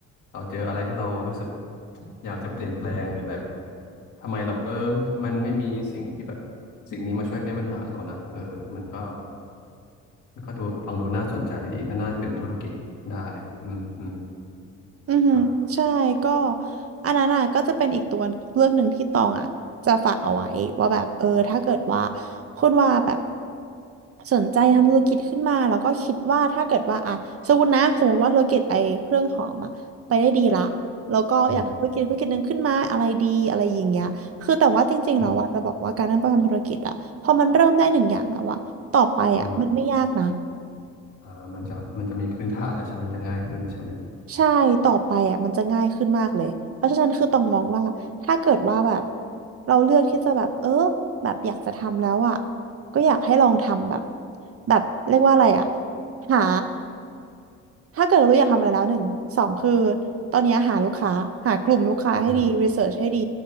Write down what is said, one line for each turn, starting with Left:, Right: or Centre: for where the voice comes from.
Left: เราเจออะไรที่เรารู้สึกอยากจะเปลี่ยนแปลงหรือแบบทำไมเราแบบเออทำไมไม่มีสิ่งที่แบบสิ่งนี้มาช่วยแก้ปัญหาเรานะเออมันก็มันก็ดูฟังดูน่าสนใจดีถ้าน่าเป็นธุรกิจได้อืมอืม
Right: อือหือใช่ก็
Left: ครับ
Right: อันนั้นอ่ะก็จะเป็นอีกตัวเลือกหนึ่งที่ตองอ่ะจะฝากเอาไว้ว่าแบบเออถ้าเกิดว่าคุณว่าแบบสนใจทำธุรกิจขึ้นมาแล้วก็คิดว่าถ้าเกิดว่าอ่ะสมมตินะสมมติว่าธุรกิจไอ้เครื่องหอมอ่ะไปได้ดีละแล้วก็อยากทำธุรกิจธุรกิจหนึ่งขึ้นมาอะไรดีอะไรอย่างเงี้ยคือแต่ว่าจริงๆเราอ่ะจะบอกว่าการเริ่มต้นทำธุรกิจอ่ะพอมันเริ่มได้หนึ่งอย่างแล้วอ่ะต่อไปอ่ะมันไม่ยากนะ
Left: อืมอืมอืม อ่ามันจะมันจะมีพื้นฐานแล้วใช่ไหมมันจะง่ายขึ้นใช่ไหม
Right: ใช่ ต่อไปอ่ะมันจะง่ายขึ้นมากเลย เพราะฉะนั้นคือต้องมองว่าถ้าเกิดว่าแบบเราเลือกที่จะแบบเออแบบอยากจะทำแล้วอ่ะก็อยากให้ลองทำแบบแบบเรียกว่าอะไรอ่ะหา ถ้าเกิดเรารู้อยากทำอะไรแล้วหนึ่งสองคือตอนนี้หาลูกค้าหากลุ่มลูกค้าให้ดีรีเสิร์ชให้ดี
Left: อ